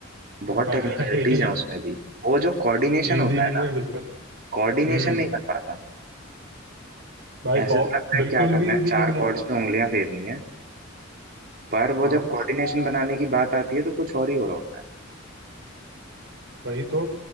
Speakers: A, on the right; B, on the right.
A: बहुत
B: भाई
A: टेक्निकलिटीज हैं उसमें भी वो जो कोऑर्डिनेशन
B: इजी
A: होता है
B: नहीं
A: ना
B: है बिल्कुल
A: कोऑर्डिनेशन
B: हम्म
A: नहीं बन पाता
B: भाई
A: ऐसे
B: बहुत
A: तो लगता
B: बिल्कुल
A: है क्या करना
B: भी
A: है
B: इजी
A: चार
B: नहीं है
A: कॉर्ड्स पे उंगलियां फेरनी है पर वो
B: हाँ
A: जब कोऑर्डिनेशन बनाने की बात आती है तो कुछ और ही हो रहा होता है
B: वही तो